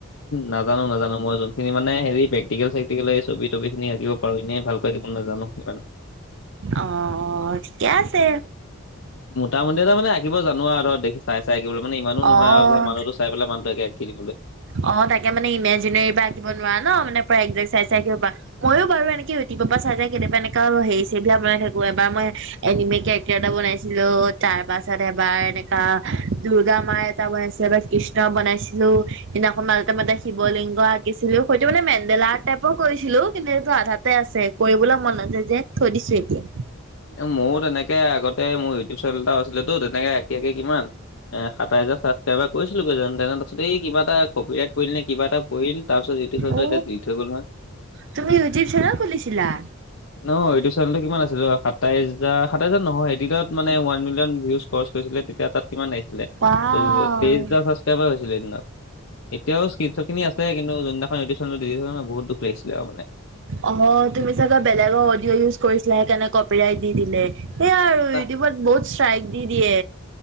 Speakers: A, on the left (about 60°); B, on the right (about 55°).
A: নাজানো নাজানো মই যোনখিনি মানে প্ৰেক্টিকেল চেক্টিকেল ছবি তবি খিনি আঁকিব - পাৰো এনে ভালকৈ আকিব মানে নাজানো ইমান।
B: অহ ঠিকে আছে।
A: মোটামুটি এ মানে আঁকিব জান আৰু দেখি চাই চাই আঁকিবলৈ মানে ইমানো নহয়
B: অ
A: আৰু যে মানুহতো- চাই পেলাই মানুহকে একে আকি দিবলৈ।
B: অ তাকে মানে ইমেজিনেৰ পৰা আকিব নোৱাৰা ন মানে প একাইজ আকিব পৰা। ময়ো বাৰু এনেকে ইউটিউব পা চাই কেতিয়াবা এনেকা আৰু হেৰি ছেৰি বিলাক বনাই থাকো এবাৰ মই- এনিমি কেৰেক্টাৰ এটা বনাইছিলো তাৰ পাছত এবাৰ এনেকা দূৰ্গা মায়- বনাইছিলো কৃষ্ণ বনাইছিলো। সদিনাখন মাজ মতে শিৱলিংগ আঁকিছিলো হয়েইটো মানে মেন্দেলা টাইপৰ কৰিছিলো কিন্তু এইটো আধা তে আছে কৰিবলৈ মন নাযায় যে থৈ দিছো এতিয়া।
A: মোৰো তেনেকে আগতে মোৰ ইউটিউব চেনেল এটা আছিল তো তেনেকে আঁকি আঁকি কিমান- এ সাতাই হাজাৰ ছাবক্ৰাইবাৰ কৰিছিলোগৈ যেন তেনে তাছত এই কিবা এটা কপি ৰাইট পৰিল নে কিবা এটা পৰিল- তাৰ পিছত
B: অ
A: এতিয়া দি থৈ গল নহয়।
B: তুমি য়ুতুপ চেনেল খুলিছিলা।
A: ন ইওটুব চেনেলটো কিমান আছিল সাত সাতাই নহয় এদিনত মানে ৱান মিলিয়ন ভিউজ- কৰছ কৰিছিলে তেতিয়া তাত কিমান আহিছিলে?
B: ৱাও
A: ত' তেইছ হাজাৰ ছাবছকাইবাৰ হৈছিলে সেইগিনাত। এতিয়াও স্কিনচট খিনি আছে কিন্তু, যোনদিনাখন ইউটুব দিলিত হৈ গ'ল ন বহুত দুখ লাগিছিলে আও মানে।
B: অঁ' তুমি চাগে বেলেগৰ অডিঅ ইউজ কৰিছিলা সেইকাৰণে, কপি ৰাইট দি দিলে। সেইয়া আৰু
A: না
B: ইউটিউবত বহুত ষ্ট্ৰাইক দি দিয়ে।